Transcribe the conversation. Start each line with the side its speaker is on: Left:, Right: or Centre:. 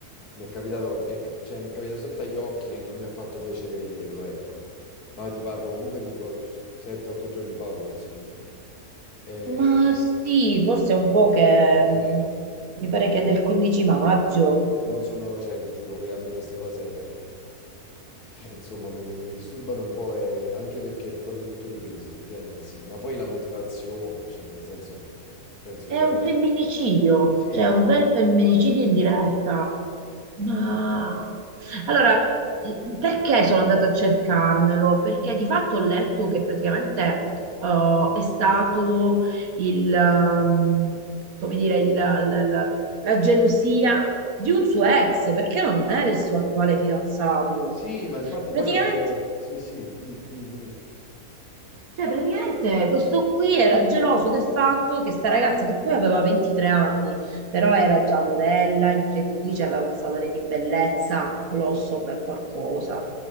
Left: mi è capitato, mi è, ca- cioè mi è capitato sotto agli occhi e non mi ha fatto piacere vederlo, ecco. Ma ti parlo comunque di 7-8 giorni fa forse comunque. E...
Right: Ma sì, forse è un po' che mh,
Left: Eh,
Right: mi pare
Left: eh,
Right: che è del 15 maggio.
Left: non sono, cioè, ti giuro, que- a me queste cose, eh, insomma, mi, mi disturbano un po', e anche perché è proprio tutto ripreso, effettivamente sì, ma poi la motivazione, cioè, nel senso, penso
Right: È
Left: che veramente...
Right: un femminicidio,
Left: Sì,
Right: cioè
Left: sì.
Right: un bel femminicidio in diretta. Ma allora, mm, perché sono andata a cercarmelo? Perché di fatto ho letto che praticamente eh, è stato il, ehm, come dire, il- la, la- la gelosia di un suo ex, perché non era il suo attuale fidanzato.
Left: Sì, ma infatti
Right: Praticamente
Left: poi non c'è... Sì, sì, di- dimmi, dimmi.
Right: Cioè, praticamente questo qui era geloso del fatto che sta ragazza, che poi aveva 23 anni, però era già modella, imprenditrice, aveva un salone di bellezza, Blossom e qualcosa,